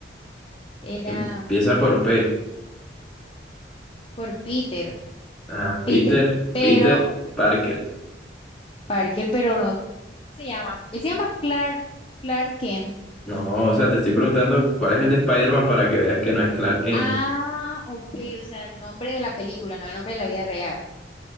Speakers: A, on the left; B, in the centre.
A: era
B: Empieza
A: mm,
B: por P.
A: por Peter,
B: Ajá, Peter,
A: Peter, pero
B: Peter, Parker.
A: Parker, pero no se llama. Él se llama Clark, Clark Kent.
B: No, o sea, te estoy preguntando cuál es el de Spider-Man para que veas que no es Clark Kent.
A: Ah, ok, o sea, el nombre de la película, no el nombre de la vida real.